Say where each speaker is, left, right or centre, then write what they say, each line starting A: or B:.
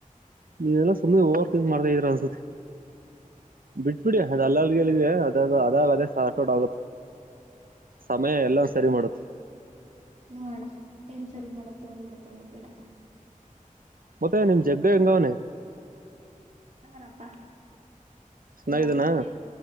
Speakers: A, on the right; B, on the right.
A: ನೀವೆಲ್ಲಾ ಸುಮ್ಮ್ನೆ ಓವರ್ಕಿಂಗ್ ಮಾಡ್ತಾ ಇದ್ರ ಅನ್ಸತಿ ಬಿಟ್ಬಿಡಿ ಅದ ಅಲ್ಲರ್ಗೆಲ್ಲಿದ್ವಿ ಅದ ಅದಾಗ ಅದೇ ಸೋಟ್ ಆಗುತ್ತೆ ಸಮಯ ಎಲ್ಲ ಸರಿ ಮಾಡುತ್ತೆ
B: ನೋಡಣ ಏನ್ ಸರಿ ಮಾಡತ್ತೆ ಏನ್ ಮಾಡತ್ತೆಗತ್ತಿಲ್ಲ
A: ಮತ್ತೆ ನಿಮ್ ಜಗ್ಗ ಹೆಂಗ ಅವ್ನೆ
B: ಹಪ್ಪಾ
A: ಚೆನ್ನಾಗಿದನಾ
B: ಮಾತುಕತೆ